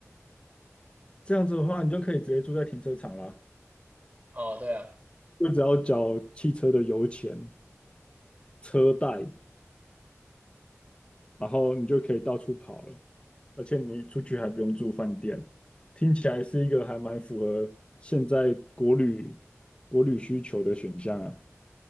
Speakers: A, on the left; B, on the right.
A: 这样子的话，你就可以直接住在停车场啦，
B: 哦，对啊，
A: 就只要缴汽车的油钱、车贷，然后你就可以到处跑了，而且你出去还不用住饭店，听起来是一个还蛮符合现在国旅国旅需求的选项啊。